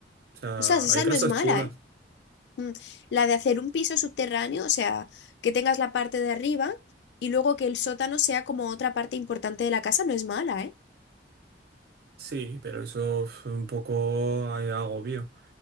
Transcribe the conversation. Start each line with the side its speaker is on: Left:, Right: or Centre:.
Right: O sea,
Left: O sea, si esa
Right: hay casas
Left: no es mala,
Right: chulas.
Left: ¿eh? Mm, La de hacer un piso subterráneo, o sea, que tengas la parte de arriba y luego que el sótano sea como otra parte importante de la casa, no es mala, ¿eh?
Right: Sí, pero eso es un poco eh, agobio.